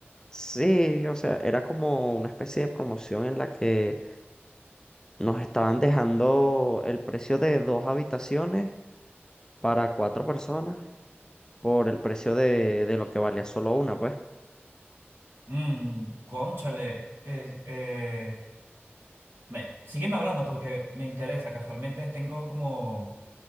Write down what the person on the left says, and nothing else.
sí, o sea, era como una especie de promoción en la que nos estaban dejando el precio de dos habitaciones para cuatro personas por el precio de, de lo que valía solo una, pues.